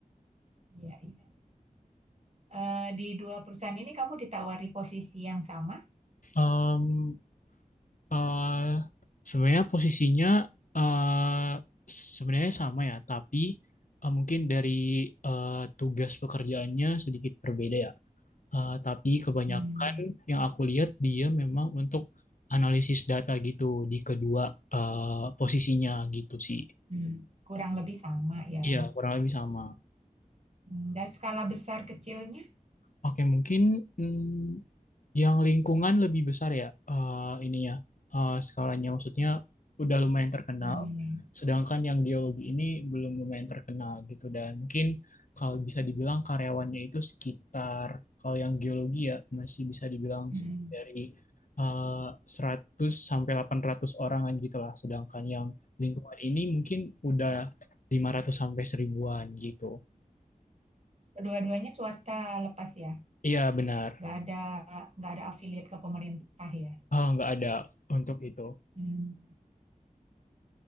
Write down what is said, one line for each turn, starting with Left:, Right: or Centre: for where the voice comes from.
Right: <laughs> iya iya. eh, di dua perusahaan ini kamu ditawari posisi yang sama?
Left: Em, eh, sebenarnya posisinya eh, sebenarnya sama ya, tapi eh, mungkin dari eh, tugas pekerjaannya sedikit berbeda ya. Eh, tapi kebanyakan
Right: Hmm,
Left: yang aku lihat dia memang untuk analisis data gitu di kedua eh, posisinya gitu sih.
Right: hmm, Kurang lebih sama ya.
Left: Iya, kurang lebih sama.
Right: Hmm, Dan skala besar kecilnya?
Left: Oke, mungkin hmm, Yang lingkungan lebih besar ya eh, ininya eh, skalanya maksudnya udah lumayan terkenal.
Right: hmm,
Left: Sedangkan yang geologi ini belum lumayan terkenal gitu dan mungkin kalau bisa dibilang karyawannya itu sekitar kalau yang geologi ya masih bisa dibilang
Right: hmm.
Left: dari eh, 100 sampai 800 orangan gitu lah. Sedangkan yang lingkungan ini mungkin udah 500 sampai seribuan gitu.
Right: Kedua-duanya swasta lepas ya,
Left: Iya benar.
Right: nggak ada nggak ada afiliat ke pemerintah ya.
Left: Ah, nggak ada untuk itu.
Right: hmm,